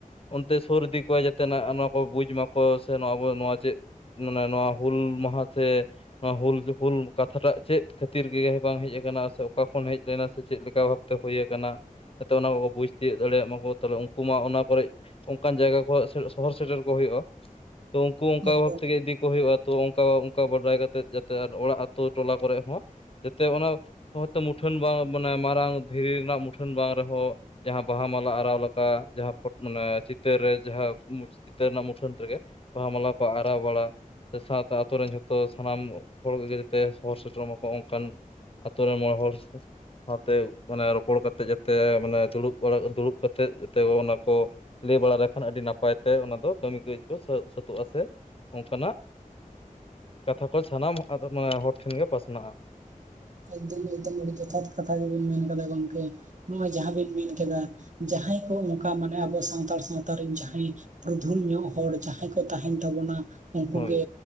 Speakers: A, on the left; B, on the right.
A: ᱚᱱᱛᱮ ᱥᱳᱨ ᱤᱫᱤ ᱠᱚᱣᱟ ᱡᱟᱛᱮ ᱱᱟᱜ ᱱᱚᱣᱟ ᱠᱚ ᱵᱩᱡᱽ ᱢᱟᱠᱚ ᱥᱮ ᱟᱵᱚ ᱱᱚᱣᱟ ᱪᱮᱫ ᱢᱟᱱᱮ ᱱᱚᱣᱟ ᱦᱩᱞ ᱢᱟᱦᱟ ᱥᱮ ᱱᱚᱣᱟ ᱦᱩᱞ ᱦᱩᱞ ᱠᱟᱛᱷᱟᱴᱟᱜ ᱪᱮᱫ ᱠᱷᱟᱹᱛᱤᱨ ᱜᱮ ᱵᱟᱝ ᱦᱮᱡ ᱟᱠᱟᱱᱟ, ᱥᱮ ᱚᱠᱟ ᱠᱷᱚᱱ ᱦᱮᱡ ᱞᱮᱱᱟ, ᱥᱮ ᱪᱮᱫ ᱞᱮᱠᱟ ᱵᱷᱟᱵᱽ ᱛᱮ ᱦᱳᱭ ᱟᱠᱟᱱᱟ? ᱡᱟᱛᱮ ᱚᱱᱟ ᱠᱚᱠᱚ ᱵᱩᱡᱽ ᱛᱤᱭᱳᱜ ᱫᱟᱲᱮᱭᱟᱜ ᱢᱟᱠᱚ, ᱛᱟᱞᱦᱮ ᱩᱱᱠᱩ ᱢᱟ ᱚᱱᱟ ᱠᱚᱨᱮ ᱚᱱᱠᱟᱱ ᱡᱟᱭᱜᱟ ᱠᱚ ᱥᱚᱦᱚᱨ ᱥᱮᱴᱮᱨ ᱠᱚ ᱦᱳᱭᱳᱜᱼᱟ ᱾ ᱛᱚ ᱩᱱᱠᱩ ᱚᱱᱠᱟ
B: ᱮᱠᱫᱚᱢ
A: ᱵᱷᱟᱵᱽ ᱛᱮᱜᱮ ᱤᱫᱤ ᱠᱚ ᱦᱩᱭᱳᱜᱼᱟ, ᱛᱚ ᱚᱱᱠᱟ ᱚᱱᱠᱟ ᱵᱟᱰᱟᱭ ᱠᱟᱛᱮ ᱡᱟᱛᱮ ᱚᱲᱟᱜ ᱟᱛᱳ ᱴᱚᱞᱟ ᱠᱚᱨᱮ ᱦᱚᱸ ᱡᱟᱛᱮ ᱚᱱᱟ ᱦᱚᱭᱛᱳ ᱢᱩᱴᱷᱟᱹᱱ ᱵᱟᱝ ᱢᱟᱱᱮ ᱢᱟᱨᱟᱝ ᱫᱷᱤᱨᱤ ᱨᱮᱱᱟᱜ ᱢᱩᱴᱷᱟᱹᱱ ᱵᱟᱝ ᱨᱮᱦᱚᱸ ᱡᱟᱦᱟᱸ ᱵᱟᱦᱟ ᱢᱟᱞᱟ ᱟᱨᱟᱣ ᱟ ᱡᱟᱦᱟᱸ ᱯᱷᱚᱴ ᱢᱟᱱᱮ ᱪᱤᱫ ᱛᱟᱹᱨ ᱨᱮ ᱡᱟᱦᱟᱸ ᱢᱩᱪᱷ ᱪᱤᱛᱟᱹᱨ ᱨᱮᱱᱟᱜ ᱢᱩᱴᱷᱟᱹᱱ ᱨᱮᱜᱮ ᱵᱟᱦᱟ ᱢᱟᱞᱟ ᱠᱚ ᱟᱨᱟᱣ ᱵᱟᱲᱟ ᱥᱮ ᱥᱟᱸᱣ-ᱥᱟᱸᱶ ᱟᱛᱳ ᱨᱮᱱ ᱡᱷᱚᱛᱚ ᱥᱟᱱᱟᱢ ᱦᱚᱲ ᱠᱚᱜᱮ ᱡᱟᱛᱮ ᱥᱚᱦᱚᱨ ᱥᱮᱴᱮᱨᱚᱜ ᱢᱟᱠᱚ ᱚᱱᱠᱟᱱ ᱟᱛᱳ ᱨᱮ ᱢᱚᱬᱮ ᱦᱚᱲ ᱥ ᱥᱟᱶᱛᱮ ᱢᱟᱱᱮ ᱨᱚᱯᱚᱲ ᱠᱟᱛᱮ ᱡᱟᱛᱮ ᱢᱟᱱᱮ ᱫᱩᱲᱩᱵ ᱵᱟᱲᱟ ᱫᱩᱲᱩᱵ ᱠᱟᱛᱮ ᱡᱟᱛᱮ ᱚᱱᱟ ᱠᱚ ᱼᱼ ᱞᱟᱹᱭ ᱵᱟᱲᱟ ᱞᱮᱠᱷᱟᱱ ᱟᱹᱰᱤ ᱱᱟᱯᱟᱭ ᱛᱮ ᱚᱱᱟ ᱫᱚ ᱠᱟᱹᱢᱤ ᱠᱟᱹᱡᱽ ᱠᱚ ᱥᱟᱹᱛ ᱥᱟᱹᱛᱚᱜ-ᱟ ᱥᱮ ᱚᱱᱠᱟ ᱱᱟᱜ ᱠᱟᱛᱷᱟ ᱠᱚ ᱥᱟᱱᱟᱢ ᱟᱫᱚ ᱢᱟᱱᱮ ᱦᱚᱲ ᱴᱷᱮᱱ ᱜᱮ ᱯᱟᱥᱱᱟᱜ-ᱟ᱾
B: ᱮᱠᱫᱚᱢ ᱮᱠᱫᱚᱢ ᱟᱹᱰᱤ ᱡᱚᱛᱷᱟᱛ ᱠᱟᱛᱷᱟ ᱜᱮᱵᱤᱱ ᱢᱮᱱ ᱠᱟᱫᱟ ᱜᱚᱝᱠᱮ ᱱᱚᱜ-ᱚᱣ ᱡᱟᱦᱟᱸ ᱵᱤᱱ ᱢᱮᱱ ᱠᱮᱫᱟ᱾ ᱡᱟᱦᱟᱸᱭ ᱠᱚ ᱚᱱᱠᱟ ᱢᱟᱱᱮ ᱟᱵᱚ ᱥᱟᱱᱛᱟᱲ ᱥᱟᱸᱶᱛᱟ ᱨᱮᱱ ᱡᱟᱦᱟᱸᱭ ᱯᱩᱨᱩᱫᱷᱩᱞ ᱧᱚᱜ ᱦᱚᱲ ᱡᱟᱦᱟᱸᱭ ᱠᱚ ᱛᱟᱦᱮᱱ ᱛᱟᱵᱚᱱᱟ᱾ ᱩᱝᱠᱩ
A: ᱦᱳᱭ
B: ᱜᱮ